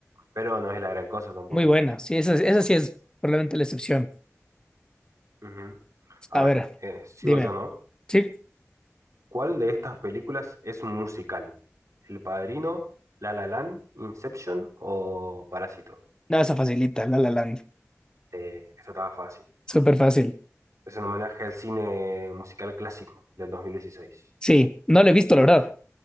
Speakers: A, on the right; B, on the left.
A: Pero no es la gran cosa tampoco.
B: Muy buena, sí, esa, esa sí es probablemente la excepción.
A: Ujú. A
B: A
A: ver,
B: ver,
A: eh, sigo
B: dime.
A: yo, ¿no?
B: Sí,
A: ¿Cuál de estas películas es un musical? ¿El Padrino, La La Land, Inception o Parásito?
B: no, esa facilita, La La Land,
A: Eh, esta estaba fácil.
B: súper fácil.
A: Es un homenaje al cine musical clásico del 2016.
B: Sí, no lo he visto, la verdad.